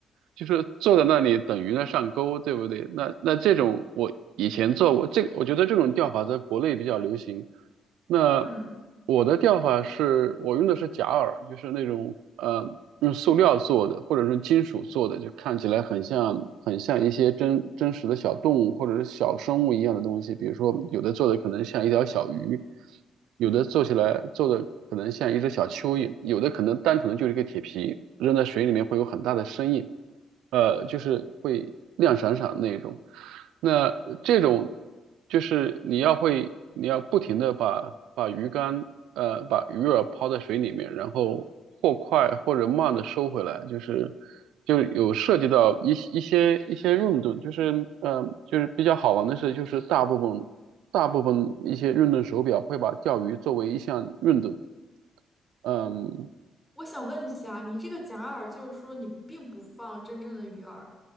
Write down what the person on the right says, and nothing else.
就是坐在那里等鱼呢上钩，对不对？那那这种我以前做过，这我觉得这种钓法在国内比较流行。那
我的钓法是我用的是假饵，就是那种嗯。呃用塑料做的，或者说金属做的，就看起来很像很像一些真真实的小动物或者是小生物一样的东西。比如说，有的做的可能像一条小鱼，有的做起来做的可能像一只小蚯蚓，有的可能单纯的就是一个铁皮，扔在水里面会有很大的声音，呃，就是会亮闪闪的那种。那这种就是你要会，你要不停的把把鱼竿，呃，把鱼饵抛在水里面，然后或快或者慢的收回来，就是就有涉及到一些一些一些运动，就是嗯就是比较好玩的是，就是大部分大部分一些运动手表会把钓鱼作为一项运动，嗯，